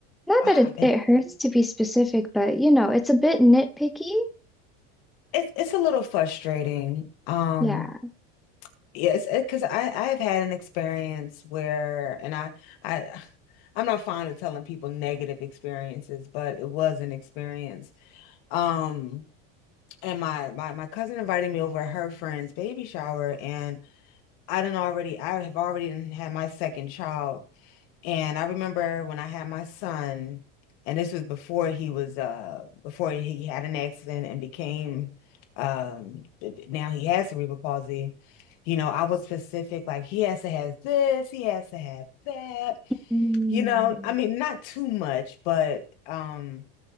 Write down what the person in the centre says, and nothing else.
not
that it,
it hurts to be specific, but you know, it's a bit nitpicky.
Yeah.
Mm.